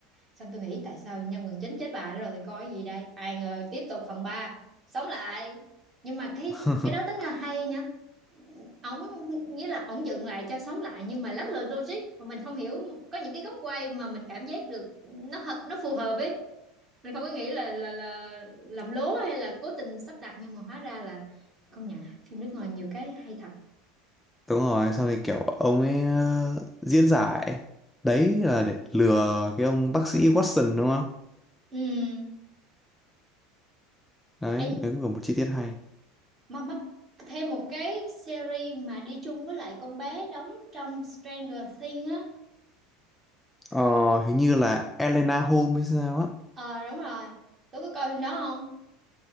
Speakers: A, on the right (about 25°); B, in the centre.
A: xong tôi nghĩ tại sao nhân vật chính chết bà đó rồi thì coi cái gì đây ai ngờ tiếp tục phần 3 sống lại nhưng mà cái
B: <laughs>
A: cái đó tính là hay nha ổng nghĩa là ổng dựng lại cho sống lại nhưng mà lắc lư logic mà mình không hiểu có những cái góc quay mà mình cảm giác được nó hợp- nó phù hợp ấy mình không có nghĩ là là là làm lố hay là cố tình sắp đặt nhưng mà hóa ra là công nhận phim nước ngoài nhiều cái hay thật
B: đúng rồi xong thì kiểu ông ấy ờ, diễn giải đấy là để lừa cái ông bác sĩ Watson đúng không
A: ừ.
B: đấy
A: em,
B: đấy cũng là một chi tiết hay
A: mà mắc thêm một cái series mà đi chung với lại con bé đóng trong Stranger Things á
B: ờ, hình như là Elena Holmes hay sao á
A: ờ đúng rồi tôi có coi phim đó không